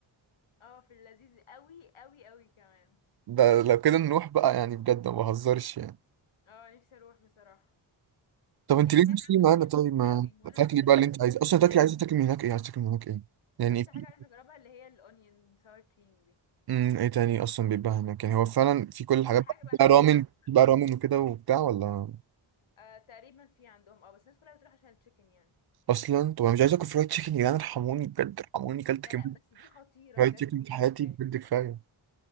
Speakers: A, on the left; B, on the right.
A: اه في اللذيذ قوي قوي قوي كمان
B: ده لو كده نروح بقى يعني بجد ما بهزرش يعني
A: اه نفسي اروح بصراحة
B: طب انت
A: يعني
B: ليه
A: سمعت
B: بتشتري
A: عنه
B: معانا
A: ريفيوز
B: طيب
A: كتير
B: ما
A: قوي وانا
B: تاكلي
A: بحب
B: بقى
A: الفرايد
B: اللي انت
A: تشيكن
B: عايزه اصلا
A: وكده
B: تاكلي
A: قوي
B: عايزه تاكلي من هناك ايه عايزه تاكلي من هناك ايه يعني
A: اكتر
B: في
A: حاجة عايزة اجربها اللي هي الاونيون ساور كريم دي
B: امم ايه تاني اصلا بيبقى هناك يعني هو فعلا في كل الحاجات
A: كل حاجة
B: بقى في
A: بقى
B: بقى
A: ترياكي
B: رامن في بقى رامن وكده وبتاع ولا
A: آه تقريبا في عندهم اه بس الناس كلها بتروح عشان التشيكن يعني
B: اصلا طب انا مش عايز اكل فرايد تشيكن يا جدعان ارحموني بجد ارحموني كلت
A: لا
B: كميه
A: لا بس دي خطيرة
B: فرايد
A: بجد
B: تشيكن
A: دي جديدة
B: في حياتي
A: يعني
B: بجد كفايه